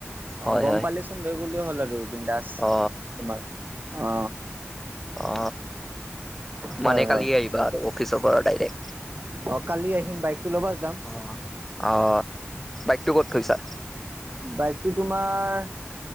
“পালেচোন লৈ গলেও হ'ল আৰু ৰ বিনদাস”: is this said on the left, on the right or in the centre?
Right